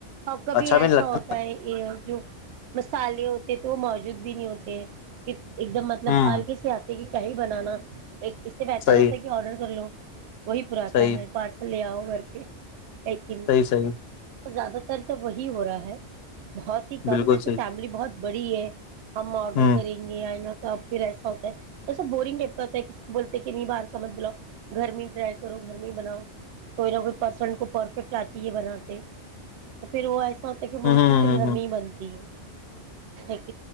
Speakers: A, on the right; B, on the left.
A: اور کبھی
B: اچھا
A: ایسا
B: بھی نہیں لگتا
A: ہوتا ہے یہ جو مسالے ہوتے تو وہ موجود بھی نہیں ہوتے ایک دم مطلب
B: ہوں
A: آلک سے آتے کیا ہی بنانا ایک اس سے بہتر
B: صحیح
A: ہوتا ہے کہ آرڈر کر لو وہی پراتا
B: صحیح
A: ہے پارسل لے آؤ بک لیکن
B: صحیح صحیح
A: زیادہ ر تو وہی ہو رہا ہے بہت ہی کم
B: بالکل
A: جیسے
B: صحیح
A: فیملی بہت بڑی ہے ہم آڈر
B: ہوں
A: کریں گے آ ن اب پھر ایسا ہوتا ہے ایسا بورنگ ٹائپ کا ہوتا ہے کسی کو بولتے کہ نہیں باہر کا مت بلاؤ گھر میں ٹرائی کرو گھر میں ہی بناؤ کوئی نہ کوئی پرسن کو پرفیکٹ آتی ہے بناتے تو پھر وہ موسٹلی
B: ہ ہ ہ
A: پھر گھر
B: ہ
A: میں ہی بنتی ہے ا